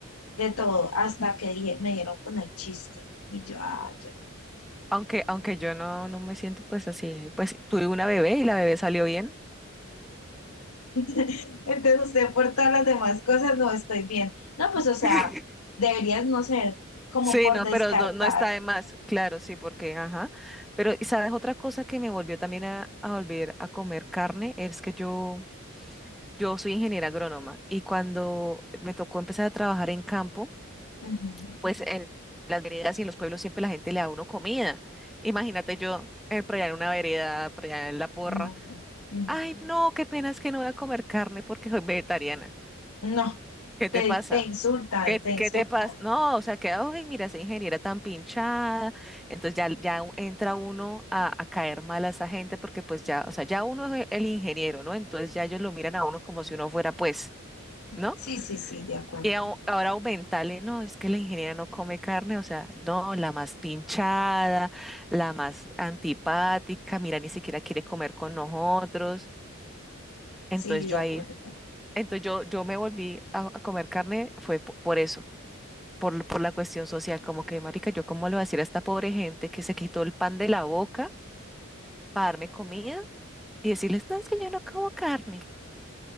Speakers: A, on the left; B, in the centre.
A: de todo, hasta que dije- me dieron con el chiste. Y yo, ah,
B: aunque, aunque yo no, no me siento pues así, pues tuve una bebé y la bebé salió bien.
A: <laughs> Entonces usted por todas las demás cosas no estoy bien. No, pues o sea,
B: <laughs>
A: deberías no sé como
B: Sí,
A: por
B: no,
A: descartar.
B: pero no, no está de más, claro, sí, porque, ajá. Pero, ¿y ¿sabes otra cosa que me volvió también a, a volver a comer carne? Es que yo, yo soy ingeniera agrónoma y cuando me tocó empezar a trabajar en campo,
A: Ujú.
B: pues en las veredas y en los pueblos siempre la gente le da a uno comida. Imagínate yo eh, por allá en una vereda, por allá en la porra.
A: No, ujú.
B: Ay, no, qué pena es que no voy a comer carne porque soy vegetariana.
A: No,
B: ¿Qué
A: te,
B: te pasa?
A: te insultan,
B: ¿Qué,
A: te
B: te
A: insultan.
B: qué te pasa? No, o sea, que, ay, mira, esa ingeniera tan pinchada. Entonces ya, ya u- entra uno a, a caer mal a esa gente porque pues ya, o sea, ya uno es el ingeniero, ¿no? Entonces ya ellos lo miran a uno como si uno fuera pues, ¿no?
A: Sí, sí, sí, de acuerdo.
B: Y au- ahora aumentarle, no, es que la ingeniera no come carne, o sea, no, la más pinchada, la más antipática, mira, ni siquiera quiere comer con nosotros. Entonces
A: Sí, de
B: yo
A: acuerdo,
B: ahí Entonces yo, yo me volví a, a comer carne, fue po- por eso, por, por la cuestión social, como que, marica, yo cómo le voy a decir a esta pobre gente que se quitó el pan de la boca para darme comida y decirles, no, es que yo no como carne.